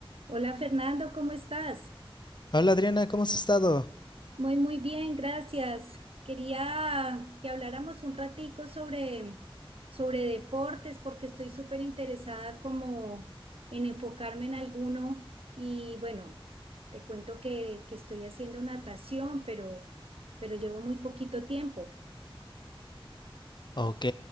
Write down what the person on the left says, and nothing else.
Hola Adriana, ¿cómo has estado?
Ok,